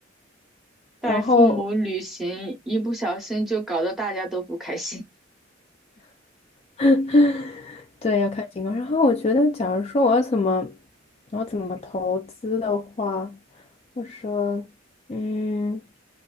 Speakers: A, in the centre; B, on the left.
A: 带父母旅行，
B: 然后
A: 一不小心就搞得大家都不开心。
B: <laughs> 对，要看情况。然后我觉得，假如说我要怎么，我要怎么投资的话，我说，嗯，